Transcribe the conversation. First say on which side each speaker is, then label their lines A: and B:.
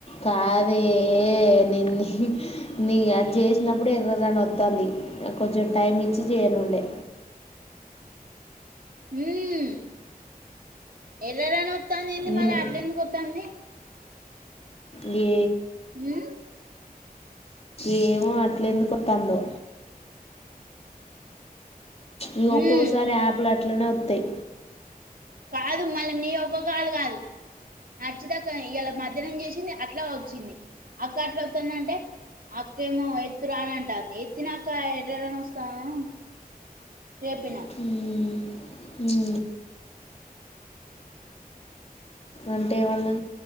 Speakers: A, on the left; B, on the right.
A: కాదే నేన్న నీ అది చేసినప్పుడు ఎర్రని వస్తుంది నా కొంచెం టైం ఇచ్చి చేయనుండే
B: ఉమ్ ఎర్రదను వద్దంది ఏంది
A: నేను
B: మరి అట్లా ఎందుకు వత్తాంది
A: లే
B: ఉమ్
A: ఏమో అట్లేందుకు అత్తందో ఈ ఒక్కోసారి
B: ఉమ్
A: యాప్ లో అట్లనే థైయి
B: కాదు మళ్ళీ నీ ఒక్కొ కాళ కాదు నచ్చితక్క ఇలా మధ్యాహ్నం చేసింది అట్లా వచ్చింది అక్క అట్లా అతుందింటే అక్క ఏమో ఎత్తురాని అంటాంది ఎత్తిన అక్క ఎట్లాని వస్తాము లేపిన
A: ఉహూమ్ హు అంటే ఏమన్నా